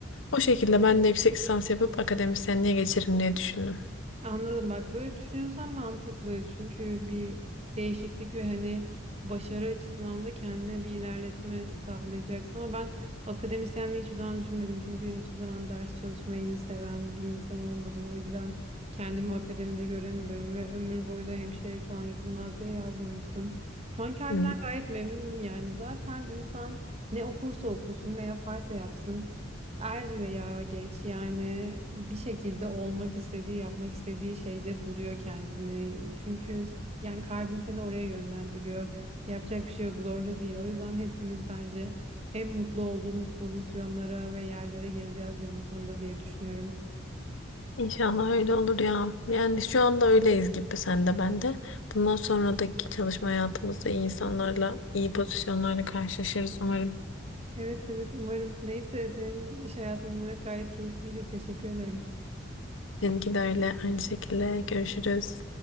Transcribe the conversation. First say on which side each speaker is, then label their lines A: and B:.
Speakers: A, on the left; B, on the right.
A: O şekilde ben de yüksek lisans yapıp akademisyenliğe geçerim diye düşündüm.
B: Anladım bak böyle düşünüyorsan mantıklı çünkü bir değişiklik ve hani başarı açısından da kendine bir ilerletme sağlayacaksın ama ben akademisyenliği hiçbir zaman düşünmedim çünkü hiçbir zaman ders çalışmayı seven bir insan olmadım o yüzden kendimi akademide göremiyorum ve ömür boyu da hemşirelik falan yapılmaz diye yazmamıştım. Şu an kendimden
A: Hı.
B: gayet memnunum yani zaten insan ne okursa okusun ne yaparsa yapsın. Er veya geç yani bir şekilde olmak istediği, yapmak istediği şeyde buluyor kendini. Çünkü yani kalbin seni oraya yönlendiriyor. Yapacak bir şey yok, zorla değil. O yüzden hepimiz bence en mutlu olduğumuz pozisyonlara ve yerlere geleceğiz günün sonunda diye düşünüyorum.
A: İnşallah öyle olur ya. Yani şu anda öyleyiz gibi sen de ben de. Bundan sonraki çalışma hayatımızda iyi insanlarla, iyi pozisyonlarla karşılaşırız umarım.
B: Evet evet umarım. Neyse senin iş hayatını dinlemek gayet keyifliydi. Teşekkür ederim.
A: Seninki de öyle. Aynı şekilde görüşürüz.